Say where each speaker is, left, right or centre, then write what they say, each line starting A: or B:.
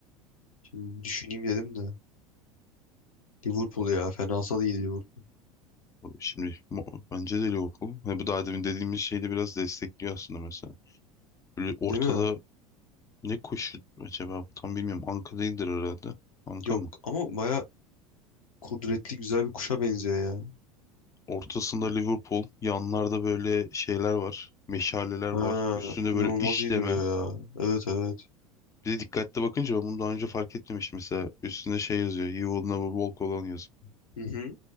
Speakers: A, on the left; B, on the left.
A: Şimdi düşüneyim dedim de. Liverpool ya. Fenasal iyi Liverpool.
B: Şimdi Mo- bence de Liverpool. Ha, bu daha demin dediğimiz şeyi de biraz destekliyor aslında mesela. Böyle ortada
A: Değil mi?
B: ne koşu acaba? Tam bilmiyorum. Anka değildir herhalde. Anka
A: Yok
B: mı?
A: ama baya kudretli güzel bir kuşa benziyor
B: Ortasında Liverpool, yanlarda böyle şeyler var, meşaleler
A: Ha,
B: var. Üstünde
A: inanılmaz
B: böyle işleme.
A: iyi duruyor ya. Evet evet.
B: Bir de dikkatli bakınca ben bunu daha önce fark etmemiştim mesela. Üstünde şey yazıyor, He will never walk alone yazıyor.
A: Hı hı.